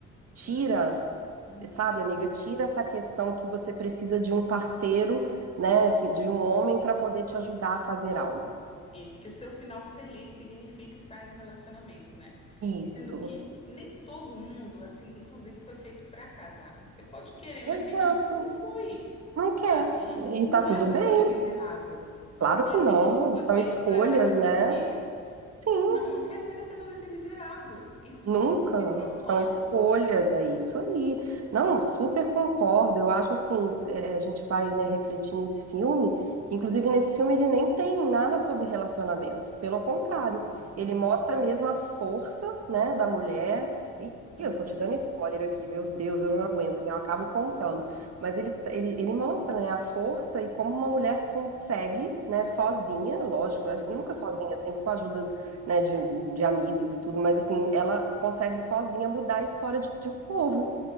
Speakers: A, on the right; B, on the left.
A: Tira,
B: Não entendo. Uhum.
A: sabe, amiga, tira essa questão que você precisa de um parceiro, né, que- de um homem para poder te ajudar a fazer algo.
B: Isso, que o seu final feliz significa estar num relacionamento, né?
A: Isso.
B: Sendo que nem todo mundo, assim, inclusive foi feito pra casar. Você pode querer, mas
A: Exato.
B: tem gente que não foi,
A: Não quer.
B: sabe? E
A: E
B: e não
A: tá tudo
B: é uma
A: bem?
B: vida miserável.
A: Claro
B: E
A: que não.
B: Tem gente que foi
A: São
B: feita
A: escolhas,
B: pra não
A: né?
B: ter filhos.
A: Sim.
B: Não, não quer dizer que a pessoa vai ser miserável. Escolha
A: Nunca.
B: esse propósito,
A: São escolhas,
B: né?
A: é isso aí.
B: Uhum.
A: Não, super concordo. Eu acho assim, s- é, a gente vai, né, refletir nesse filme, que inclusive nesse filme ele nem tem nada sobre relacionamento. Pelo contrário,
B: Sim.
A: ele mostra mesmo a força, né, da mulher. E e
B: Uhum.
A: eu tô te dando spoiler aqui, meu Deus, eu não aguento, né? Eu acabo contando. Mas ele, ele, ele mostra, né, a força e como uma mulher consegue, né, sozinha, lógico, né,
B: Uhum.
A: nunca sozinha, sempre com a ajuda né, de, de amigos e tudo, mas assim, ela consegue sozinha mudar a história de, de um povo,